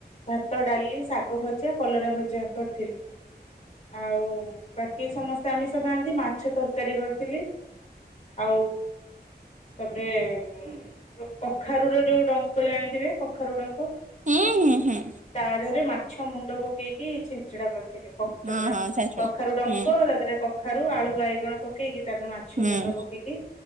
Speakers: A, on the left; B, on the right.
A: ଭାତ ଡାଲି ଶାଗ ଭଜା କଲରା ଭଜା କରିଥିଲି। ଆଉ ବାକି ସମସ୍ତେ ଆମିଷ ଖାଆନ୍ତି ମାଛ ତରକାରୀ କରିଥିଲି। ଆଉ ତାପରେ ଯୋଉ କଖାରୁ ର ଯୋଉ ଡଙ୍କ ଜାଣିଥିବେ କଖାରୁ ଡଙ୍କ
B: ହୁଁ ହୁଁ ହୁଁ।
A: ତା ଦେହରେ ମାଛ ମୁଣ୍ଡ ପକେଇକି ଛେଞ୍ଚଡା କରିଥିଲି ତାପରେ
B: ହଁ ହଁ ଛାଞ୍ଚୁଳା
A: କଖାରୁ ଡଙ୍କା
B: ହୁଁ
A: ତା ଦେହରେ କ କଖାରୁ ଆଳୁ ବାଇଗଣ ପକେଇକି ତାରେ ମାଛ
B: ହୁଁ
A: ମୁଣ୍ଡ ପକେଇକି